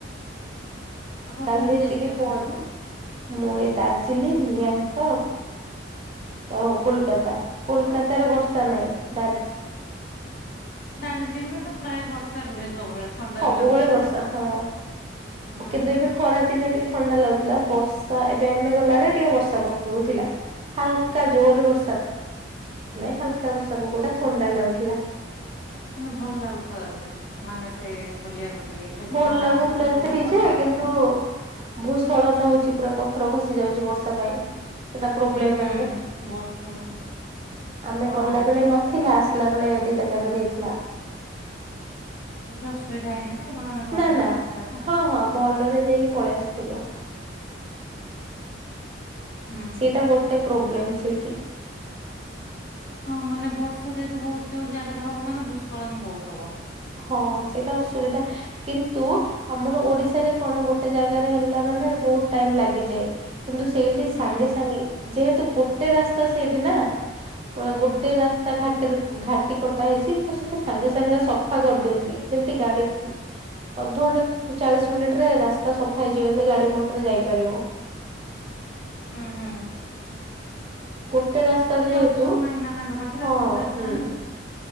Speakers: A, on the left (about 55°); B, on the right (about 30°).
A: ଆପଣ
B: କାଲି
A: କୋଉଠି
B: ଆସିକି
A: ଯାଇଥିଲେ ବୁଲିବାକୁ?
B: ପହଞ୍ଚି ମୁଁ ଏଇ ଦାର୍ଜିଲିଂ ଗ୍ୟାଙ୍ଗଟକ ଆଉ କୋଲକାତା। କୋଲକାତାରେ
A: ହଁ
B: ବର୍ଷା ନାଇଁ ଦାର୍
A: ଦାର୍ଜିଲିଂ ରେ ତ ପ୍ରାୟ ବର୍ଷା ରୁହେ ସବୁବେଳେ। ଥଣ୍ଡା
B: ସବୁବେଳେ
A: ବି ଲାଗୁଥିବ।
B: ବର୍ଷା ହଁ।
A: ହୁଁ
B: କିନ୍ତୁ ଏବେ ଖରା ଦିନେ ଟିକେ ଥଣ୍ଡା ଲାଗୁଥିଲା। ବର୍ଷା ଏବେ ଆମେ ଗଲାବେଳେ ଟିକେ ବର୍ଷା ପକେଉ ଥିଲା। ହାଲକା ଜୋର ବର୍ଷା ନାଇଁ ହାଲକା ବର୍ଷା ପକଉଥିଲା ଥଣ୍ଡା ଲାଗୁଥିଲା।
A: କିନ୍ତୁ ଭଲ ଲାଗୁଥିବ ଏବେ ମାନେ ସେ ବୁଲିବାକୁ ଟିକେ ବେଶୀ
B: ଭଲ
A: ଥଣ୍ଡା
B: ଲାଗୁଥିଲା
A: ନଥିବ ବହୁତ
B: ସେଠି
A: ଗରମ
B: ଯେ
A: ନଥିବ।
B: କିନ୍ତୁ ଭୂସ୍ଖଳନ ହଉଚି ପୁରା ପଥର ଖସି ଯାଉଚି ବର୍ଷା ପାଇଁ। ସେଟା ପ୍ରୋବ୍ଲେମ
A: ହୁଁ ହୁଁ
B: ଏବେ।
A: ବହୁତ କହୁଛ
B: ଆମେ
A: ହଁ।
B: ଗଲାବେଳେ ନ ଥିଲା। ଆସିଲା ବେଳେ ଦିଟା ଜାଗାରେ ହେଇଥିଲା।
A: କିଛି ଅସୁବିଧା ହେଇନି? ତ ଆପଣ ମାନେ ଭଲରେ
B: ନା ନା।
A: ପହଞ୍ଚିଲେ ତ
B: ହଁ ହଁ ଭଲରେ ଯାଇକି ପଳେଇ ଆସିଥିଲୁ।
A: ହୁଁ।
B: ସେଇଟା ଗୋଟେ ପ୍ରୋବ୍ଲେମ ସେଠି।
A: ହଁ ମାନେ ବର୍ଷା ଯେହେତୁ ବହୁତ ଯୋଉଠି ଜାଗାରେ ହବ ମାନେ ଭୂସ୍କଳନ ବହୁତ ହବ।
B: ହଁ ସେଇଟା ଅସୁବିଧା କିନ୍ତୁ ଆମର ଓଡ଼ିଶାରେ କଣ ଗୋଟେ ଜାଗାରେ ହେଲା ମାନେ ବହୁତ ଟାଇମ୍ ଲାଗିଯାଏ। କିନ୍ତୁ ସେଇଠି
A: ହୁଁ।
B: ସାଙ୍ଗେ ସାଙ୍ଗେ ଯେହେତୁ ଗୋଟେ ରାସ୍ତା ସେଇଠି ନା ପୁରା
A: ହୁଁ
B: ଗୋଟେ
A: ହୁଁ
B: ରା ତା ଘାଟିରେ ଘାଟି କଟା ହେଇଛି ତ ସେଠି ସାଙ୍ଗେ ସାଙ୍ଗେ ସଫା କରିଦିଅନ୍ତି। ଯେମିତି ଗାଡ଼ି ଅଧଘଣ୍ଟେ ଚାଳିଶ ମିନିଟରେ ରାସ୍ତା ସଫା ହେଇଯିବ ଏମତି ଗାଡ଼ି ମଟର ଯାଇପାରିବ।
A: ହୁଁ ହୁଁ।
B: ଗୋଟେ ରାସ୍ତା
A: ଆଉ କିଛି
B: ଯେହେତୁ
A: ଅପସନ ନାହିଁ ନା ତାଙ୍କ ପାଖରେ
B: ହଁ
A: ଗୋଟେ
B: ହୁଁ।
A: ରାସ୍ତା ନା